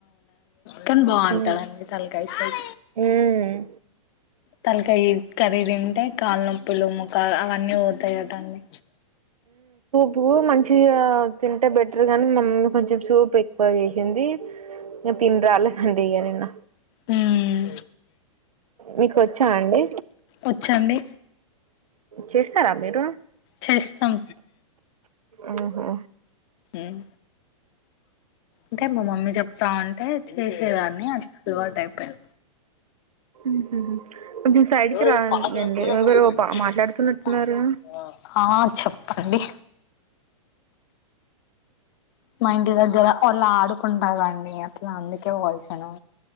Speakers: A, on the left (about 45°); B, on the right (about 85°).
A: కాని బాగుంటదండి
B: మ్మ్
A: తలకాయ సూప్
B: మ్మ్
A: తలకాయ కర్రీ తింటే కాలునొప్పులు ముకాలు అవన్నీ పోతాయిటండి
B: పూ మంచిగా తింటే బెటర్ గాని మమ్ల్ని కొంచెం సూప్ ఎక్కువ చేసింది ఇగ తిని రాలేదండి ఇగ నిన్న
A: హ్మ్
B: మీకు వచ్చా అండి
A: వచ్చండి
B: చేస్తారా మీరు
A: చేస్తాం
B: ఆహా
A: ఉం ఇంకా మా మమ్మీ చెప్తా ఉంటే చేసేదాన్ని అది అలవాటు అయిపోయా
B: మ్మ్ కొంచెం సైడ్కి
A: ఓ ఇ
B: రండి
A: పాత్ర గోరంగా
B: ఎవరో
A: <unintelligible>
B: పా మాట్లాడుతున్నట్టున్నారు
A: ఆ చెప్పండి మా ఇంటి దగ్గర వాళ్ళు ఆడుకుంటా రండి అట్లా అందుకే పోయిసాను